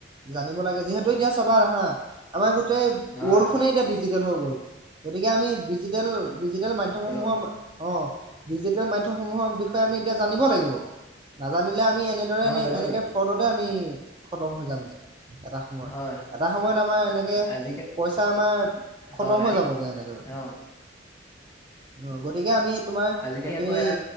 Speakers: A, on the right (about 25°); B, on the left (about 15°).
A: জানিব লাগে যিহেতু এতিয়া চাবা না হা আমাৰ গোট গোটে
B: হয়,
A: ৱৰ্ল্ড
B: অ',
A: খনেই এতিয়া ডিজি- টেল হৈ গ'ল। গতিকে আমি ডিজিটেল, ডিজিটেল মধ্যম
B: গ'ল
A: সমূহৰ
B: অ',
A: অ। ডিজিটেল মাধ্যমসমূহৰ বিষয়ে আমি এতিয়া জানিব লাগিব। নাজানিলে আমি। আমি এনেদৰে এনে
B: অ', জানিব
A: এনেকে
B: লাগিব হয়,
A: ফ্ৰডতে আমি। খতম হৈ যাম দে। এটা সময়ত,
B: হয়,
A: এটা সময়ত। আমাৰ এনেকে
B: আজিকালি
A: পইচা আমাৰ খতম
B: হয়, আজি
A: হৈ যাবগে এনেকৈ।
B: অ',
A: অ', গতিকে আমি তোমাৰ
B: আজিকালি
A: সেই
B: আকৌ এয়া